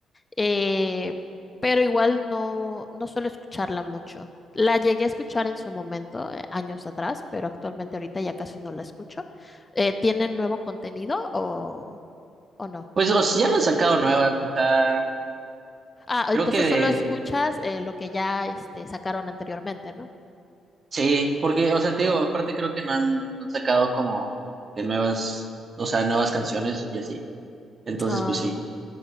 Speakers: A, on the left (about 20°); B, on the right (about 40°).
A: eh, pero igual no, no suelo escucharla mucho. La llegué a escuchar en su momento, eh, años atrás, pero actualmente ahorita ya casi no la escucho. Eh, ¿tienen nuevo contenido o, o no?
B: Pues o sea, ya no han sacado nuevas, o sea,
A: Ah,
B: creo
A: entonces
B: que de,
A: solo escuchas eh, lo que ya este, sacaron anteriormente, ¿no?
B: sí, porque, o sea, te digo, aparte creo que no han, no han sacado como de nuevas, o sea, nuevas canciones y así. Entonces,
A: Ah.
B: pues sí.